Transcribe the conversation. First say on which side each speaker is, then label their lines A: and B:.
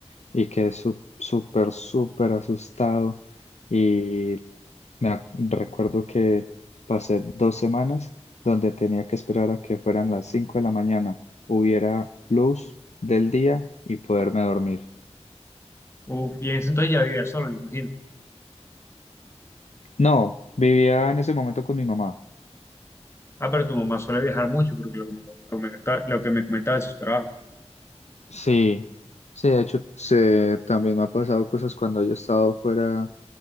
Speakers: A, on the left (about 75°); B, on the left (about 25°).
A: y quedé su- súper, súper asustado y me ac- recuerdo que pasé dos semanas donde tenía que esperar a que fueran las 5 de la mañana, hubiera luz del día y poderme dormir.
B: Uf, y en ese entonces ya vivía solo, me imagino.
A: No, vivía en ese momento con mi mamá.
B: Ah, pero tu mamá suele viajar mucho, porque lo que me, lo que me contaba- lo que me comentaba de sus trabajos.
A: Sí, sí, de hecho, se- también me ha pasado cosas cuando yo he estado fuera